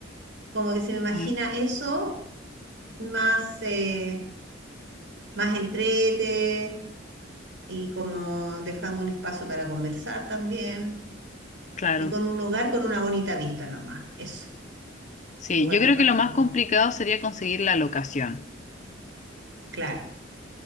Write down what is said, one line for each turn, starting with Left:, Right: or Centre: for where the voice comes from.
Right: Como que se me imagina
Left: Mm,
Right: eso más, eh, más entrete y como dejando un espacio para conversar también.
Left: claro.
Right: y con un lugar con una bonita vista nomás. Eso,
Left: Sí,
Right: lugares
Left: yo creo
Right: para
Left: que lo más
Right: como,
Left: complicado sería conseguir la locación.
Right: claro,